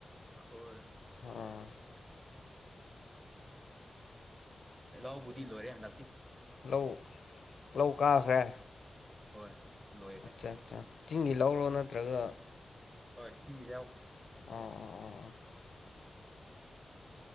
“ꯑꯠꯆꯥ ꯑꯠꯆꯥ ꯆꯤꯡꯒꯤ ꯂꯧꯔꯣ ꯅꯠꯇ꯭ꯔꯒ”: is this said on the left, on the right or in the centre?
Left